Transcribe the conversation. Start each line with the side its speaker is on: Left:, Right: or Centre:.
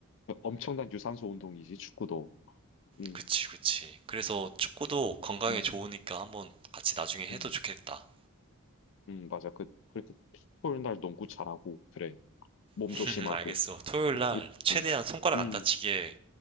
Left: 엄청난 유산소 운동이지, 축구도. 음,
Right: 그치, 그치. 그래서 축구도 건강에
Left: 음,
Right: 좋으니까 한번 같이 나중에 해도
Left: 음,
Right: 좋겠다.
Left: 음, 맞아. 그, 그렇게 풋볼 날 농구 잘하고, 그래. 몸
Right: <laughs>
Left: 조심하고.
Right: 알겠어. 토요일 날
Left: 음,
Right: 최대한
Left: 음,
Right: 손가락
Left: 음,
Right: 안 다치게